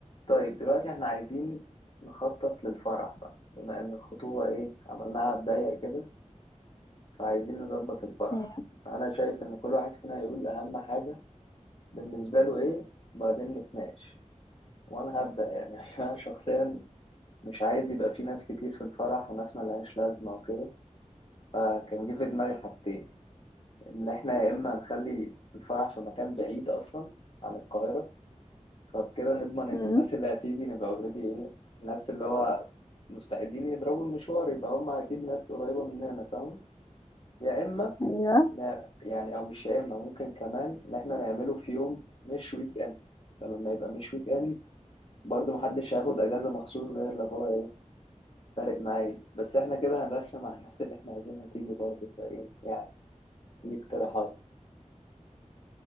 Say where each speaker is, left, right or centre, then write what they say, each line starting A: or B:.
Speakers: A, on the left (about 45°); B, on the left (about 30°).
A: طيب دلوقتي احنا عايزين نخطط للفرح بقى بما ان الخطوبة ايه عملناها على الضيق كده فعايزين نظبط الفرح
B: ايوه
A: انا شايف ان كل واحد فينا يقول اهم حاجة بالنسبة له ايه بعدين نتناقش وانا هبدأ يعني <laughs> عشان انا شخصيا مش عايز يبقى في ناس كتير في الفرح وناس ملهاش لازمة وكده فكان جه في دماغي حاجتين ان احنا يا اما نخلي الفرح في مكان بعيد اصلا عن القاهرة فبكده نضمن ان
B: مم.
A: الناس اللي هتيجي نبقى اوريدي ايه الناس اللي هو مستعدين يضربوا المشوار يبقى هم اكيد ناس قريبة مننا فاهم يا اما
B: أيوة.
A: ن- يعني او مش يا اما ممكن كمان ان احنا نعمله في يوم مش ويك اند فلما يبقى مش ويك اند برضه محدش هياخد اجازة مخصوص غير لو هو ايه فارق معايا بس احنا كده هنرخم على الناس اللي احنا عايزينها تيجي برضه فايه يعني دي اقتراحات